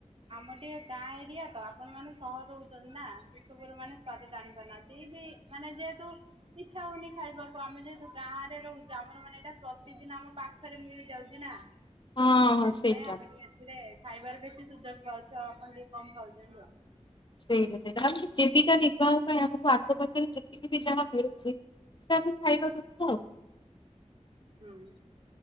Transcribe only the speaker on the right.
ଆମ ଟିକେ ଗାଁ ଏରିଆ ତ, ଆପଣ ମାନେ ସହରରେ ରହୁଛନ୍ତି ନା। ଏସବୁ ର ମାନେ ସ୍ଵାଦ ଜାଣି ପାରୁନାହାନ୍ତି ପି ବି ମାନେ ଯେହେତୁ ଇଛା ହଉନି ଖାଇବାକୁ ଆମେ ଯେହେତୁ ଗାଁରେ ରହୁଛୁ ଆମର ମାନେ ଏଇଟା ପ୍ରତିଦିନ ଆମ ପା ଖରେ ମିଳି ଯାଉଛି ନା।
ସେଥିପାଇଁ
ଆମେ ଟିକେ ଏଥିରେ ଖାଇବାର ବେଶି ସୁଯୋଗ ପାଉଛୁ। ଆଉ ଆପଣ ଟିକେ କମ ପାଉଛନ୍ତି ଆଉ।
ହୁଁ।